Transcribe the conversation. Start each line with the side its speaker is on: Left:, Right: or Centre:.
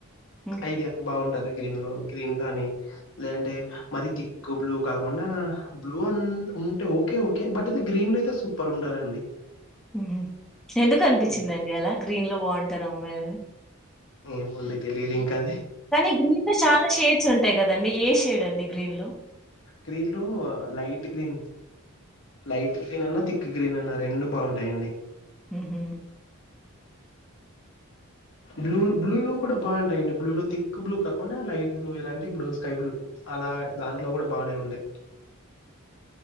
Centre: హ్మ్.
Left: ఐడియా బాగుంటది గ్రీన్ లో గ్రీన్ కానీ లేదంటే మర తిక్ బ్లూ కాకుండా బ్లూ అ ఉంటే ఓకే ఓకే బట్ అయితే గ్రీన్ లో అయితే సూపర్ ఉంటరండి
Centre: ఉ ఎందుకు అనిపించిందండి
Left: ఉమ్,
Centre: అలా గ్రీన్ లో బాగుంటారు అమ్మాయిలని
Left: ఏమో అండి తెలిదు ఇంకా అది
Centre: కానీ గ్రీన్ లో చాలా షేడ్స్ ఉంటాయి కదండి ఏ షేడ్ అండి గ్రీన్ లో
Left: గ్రీన్ లో లైట్ గ్రీన్ లైట్ గ్రీన్ అన్నా తిక్ థిక్ గ్రీన్ అన్నా రెండు బాగుంటాయి అండి
Centre: ఉహు
Left: బ్లూ బ్లూ లో కూడా బాగుంటాయిడి బ్లూ లో తిక్ బ్లూ కాకుండా లైట్ బ్లూ ఇలాంటి ఇప్పుడు స్కై బ్లూ అలా దాంట్లో కూడా బాగానే ఉంటాయి